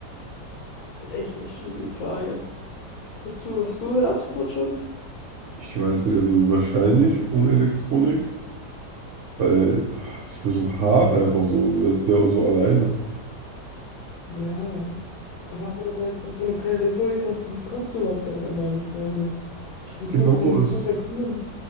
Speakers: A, on the left (about 65°); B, on the right (about 60°).
A: echt eine schwierige Frage. Hast du, hast du eine Antwort schon?
B: Ich weiß nicht, also wahrscheinlich ohne Elektronik, weil ach, es wäre so hart einfach so. Du wärst ja auch so alleine.
A: Ja, aber andererseits, auch wenn du keine Elektronik hast, so wie kommst du überhaupt dann an deine Freunde? Wie
B: Genau,
A: kannst du ihn
B: es,
A: kontaktieren?